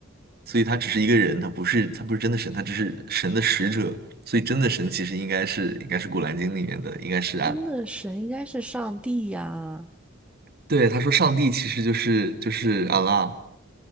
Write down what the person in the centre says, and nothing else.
真的，神应该是上帝呀、